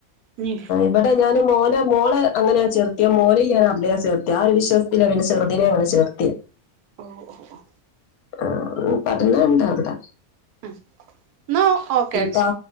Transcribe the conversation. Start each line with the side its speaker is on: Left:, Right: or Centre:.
Right: ഇഞ്
Left: ഇബടെ ഞാന് മോനെ മോളെ അങ്ങനാ ചേർത്തിയേ മോനിം ഞാൻ അവിടെയാ ചേർത്ത്യേ ആ ഒരു വിശ്വാസ് ത്തിലാ പിന്നെ ചെർതിനെ അവടെ ചേർത്തി.
Right: ഓഹ് ഒഹ് ഒഹ്
Left: ആഹ് പഠനംണ്ടാവിടെ.
Right: അഹ്. ന്നാ ഓക്കെ
Left: ട്ടാ